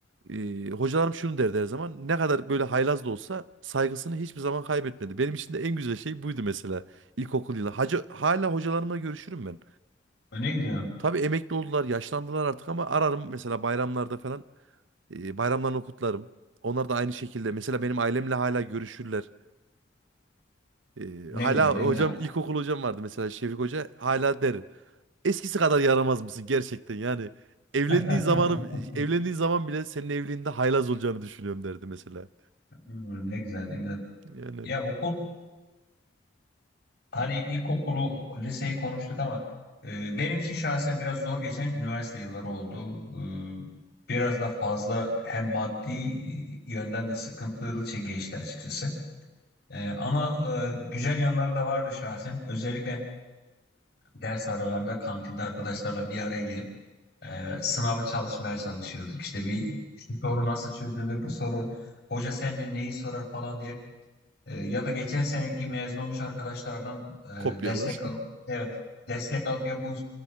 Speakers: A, on the right; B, on the left.
A: e, hocalarım şunu derdi her zaman. Ne kadar böyle haylaz da olsa saygısını hiçbir zaman kaybetmedi. Benim için de en güzel şey buydu mesela. İlkokul yılı. Hacı, hala hocalarımla görüşürüm ben.
B: E, Ne güzel.
A: Tabii emekli oldular, yaşlandılar artık ama ararım mesela bayramlarda falan. E, bayramlarını kutlarım. Onlar da aynı şekilde. Mesela benim ailemle hala görüşürler. E,
B: Ne
A: hala
B: güzel ne
A: hocam
B: güzel.
A: ilkokul hocam vardı mesela Şefik Hoca. Hala der. Eskisi kadar yaramaz mısın gerçekten yani. Evlendiğin
B: <laughs>
A: zamanı evlendiğin zaman bile senin evliliğinde haylaz olacağını düşünüyorum derdi mesela.
B: Hmm, Ne güzel ne güzel.
A: Yani
B: Ya okul hani ilkokulu liseyi konuştuk ama e, benim için şahsen biraz zor geçen üniversite yılları oldu. E, biraz da fazla hem maddi e, yönden de sıkıntılı şey geçti açıkçası. E, ama e, güzel yanları da vardı şahsen. Özellikle ders aralarında kantinde arkadaşlarla bir araya gelip Ee, sınavı çalışmaya çalışıyorduk. İşte bir şu soru nasıl çözülür, bu soru hoca sence neyi sorar falan diye. Ee, ya da geçen seneki mezun olmuş arkadaşlardan e,
A: kopyalar.
B: destek alıp evet destek alıp ya bu